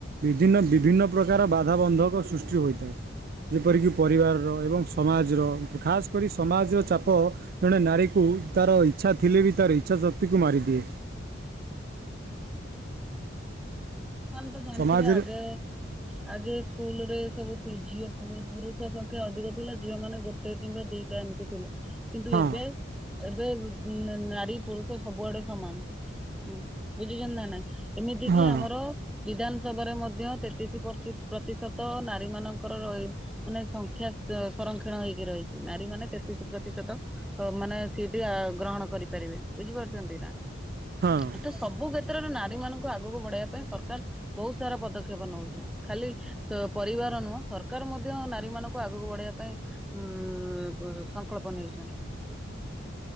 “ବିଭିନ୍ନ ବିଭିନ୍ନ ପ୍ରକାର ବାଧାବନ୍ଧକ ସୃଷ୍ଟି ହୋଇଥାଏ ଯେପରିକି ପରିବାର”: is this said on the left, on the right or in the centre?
Right